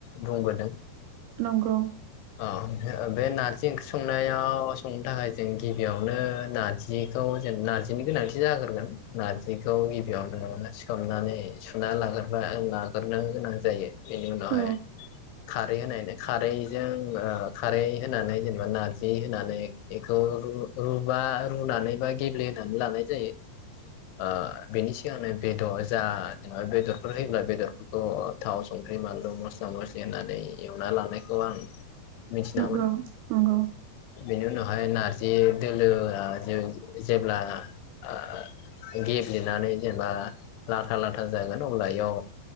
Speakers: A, on the left; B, on the right.
A: बुंबोदों
B: नंगौ
A: अ <inaudible> बे नारजि ओंख्रि संनायाव संनो थाखाय जों गिबियावनो नारजिखौ <unintelligible> नारजिनि गोनांथि जाग्रोगोन नारजिखौ गिबियावनो सोमनानै सुना लाग्रोबा ओलाग्रोनो गोनां जायो। बेनिउनावहाय
B: औ
A: खा रै <unintelligible> खारजों ओ खारै होनानै जेनेबा नारजि होनानै एखौ रु रुबा रुनानै बा गेब्लेहोनानै लानाय जायो ओ बेनि सिगांनो बेद जा जेनबा बेदरफोर होयोब्ला बेदरफोरखौ थाव सं ख्रै बानलु मस्ला मस्लि होननानै एवना लानायखौ आं मिन्थिनामोन
B: नंगौ नंगौ
A: बेनिउनाव हाय नारजि दोलोआ जेव जेब्ला ओ गेब्लेनानै जेनेबा लाथा लाथा जागोन अब्ला इयाव